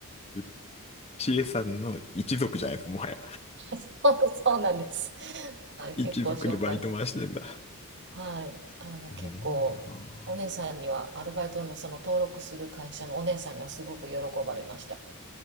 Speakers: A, on the left; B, on the right.
A: い。知恵さんの一族じゃないですか、もはや。
B: そうなんです。はい、
A: 一族でバイト回してんだ。
B: 結構紹介し、はい、あの、
A: すごいなあ。
B: 結構、お姉さんには、アルバイトのその登録する会社のお姉さんにはすごく喜ばれました。